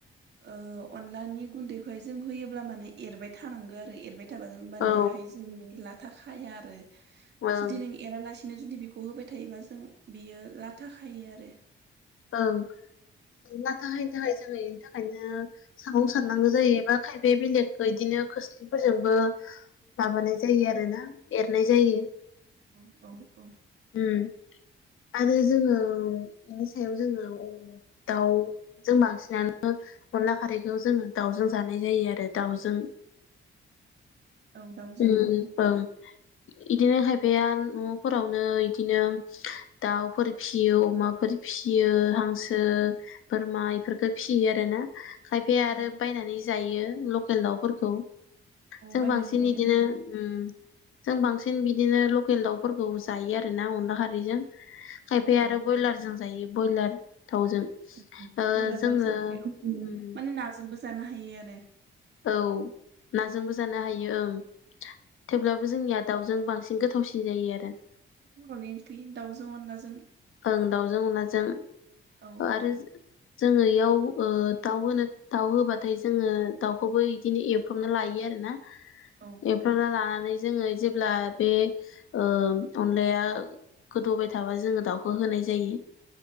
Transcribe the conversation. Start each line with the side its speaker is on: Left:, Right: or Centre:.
Right: ओ अनलानि गुन्दैखौहाय जों होयोब्ला माने एरबाय थानांगौ आरो एरबाय एरबायथाबा ओमबानियाहाय
Left: औ
Right: जों लाथा खाया आरो
Left: ओं
Right: जुदि नों एरा लासिनो बिदिनो जुदि बेखौ होबाय थायोबा जों बियो लाथाखायो आरो।
Left: ओं लाथा खायैनि थाखाय जोङो बेनि थाखायनो सागुं सारनांगौ
Right: औ
Left: जायो एबा खायफ बेलेगखौ
Right: औ
Left: इदिनो खोस्लि फोरजोंबो माबानाय जायो आरोना एरनाय जायो
Right: औ औ औ
Left: उम आरो जोङो बेनि सायाव जोङो दाउ जों बांसिनानो अनला खारैखौ जोङो दाउजों जानाय जायो आरो दाउजों
Right: औ दाउजों
Left: उम
Right: औ
Left: ओं इदिनो खायफाया न'फोरावनो इदिनो दाउफोर फिसियो अमाफोर फिसियो हांसो बोरमा इफोरखो फिसियो आरोना। खायफाया आरो
Right: औ
Left: बायनानै जायो लकेल दाउफोरखौ।
Right: औ
Left: जों
Right: बायनानै
Left: बांसिन
Right: जायो
Left: बिदिनो
Right: आरो
Left: उम जों बांसिन बिदिनो लकेल दाउफोरखौ जायो आरोना अनला खारैजों। खायफाया आरो
Right: औ
Left: ब्रयलारजों जायो ब्रयलार। थावजों
Right: औ
Left: ओ
Right: बयलार
Left: जोङो
Right: दाउजों औ
Left: उम
Right: माने नाजोंबो जानो हायो आरो।
Left: औ नाजोंबो जानो हायो ओं। थेवब्लाबो जोंनिया दाउजों बांसिन गोथावसिन जायो आरो।
Right: बर'नि ओंख्रि दाउजों अनलाजों।
Left: ओं दाउजों अनलाजों
Right: औ
Left: आरो जोङो इयाव ओ दाउ होनो दाउ होबाथाय जोङो दाउखौबो इदिनो एवफ्रामना लायो आरो ना?
Right: औ औ
Left: एखौनो लानानै जोङो जेब्ला बे ओ अनलाया गोदौबाय थाबा जोङो दाउ खौ होनाय जायो‌।